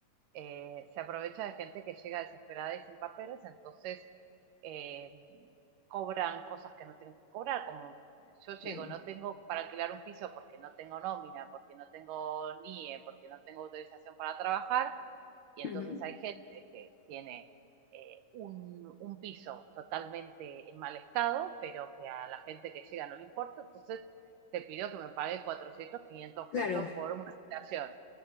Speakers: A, on the right; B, on the left.
A: eh, se aprovecha de gente que llega desesperada y sin papeles, entonces eh, cobran cosas que no tienen que cobrar, como yo
B: Claro.
A: llego, no tengo para alquilar un piso porque no tengo nómina, porque no tengo NIE, porque no tengo autorización para trabajar, y entonces
B: Ujú,
A: hay gente que tiene eh, un, un, piso totalmente en mal estado, pero que a la gente que llega no le importa, entonces te pidió que me pague 400, 500
B: Claro,
A: pesos por una habitación.